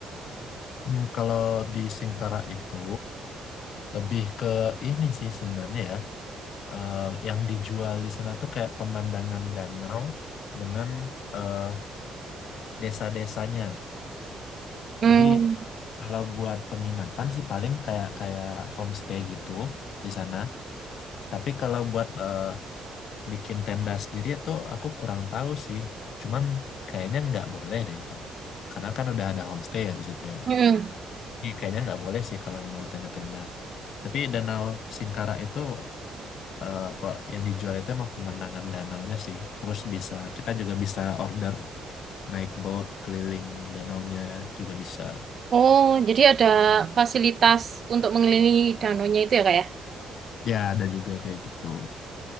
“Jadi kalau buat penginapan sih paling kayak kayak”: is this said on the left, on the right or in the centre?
Left